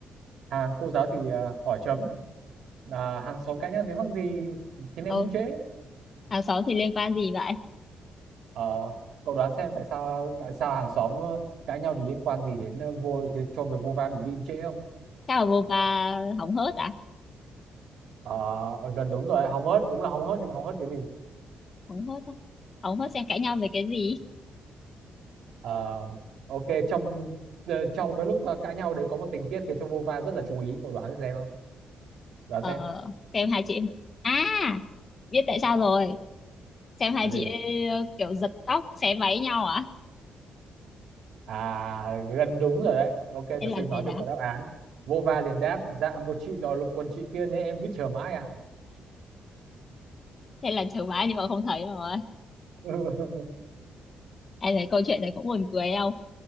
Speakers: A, on the right; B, on the left.
A: à cô giáo thì à, hỏi chấm à, hàng xóm cãi nhau tiếng mắc gì khiến em
B: ừ.
A: đi trễ
B: Hàng xóm thì liên quan gì vậy?
A: ờ cậu đoán xem tại sao tại sao hàng xóm ờ, cãi nhau thì liên quan gì đến ờ, vô cho việc vô va bị đi trễ không
B: Chắc là Vova hóng hớt à?
A: Ờ, gần đúng rồi hóng hớt đúng là hóng hớt nhưng mà hóng hớt cái gì
B: Hóng hớt à? Hóng hớt xem cãi nhau về cái gì?
A: Ờ, ok trong ờ, trong cái lúc ờ, cãi nhau đấy có một tình tiết khiến cho Vova rất là chú ý cậu đoán xem không đoán
B: Ờ,
A: xem
B: xem hai chị... À, biết tại sao rồi. xem hai
A: là gì
B: chị ấy ờ, kiểu giật tóc xé váy nhau à
A: à gần đúng rồi đấy ok
B: hay
A: tớ
B: là
A: sẽ nói
B: gì đó
A: cho cậu đáp án Vova liền đáp dạ một chị đòi lột quần chị kia nên em cứ chờ mãi ạ
B: hay là chớ vá nhưng mà không thấy rồi
A: <laughs>
B: ai thấy câu chuyện này cũng buồn cười không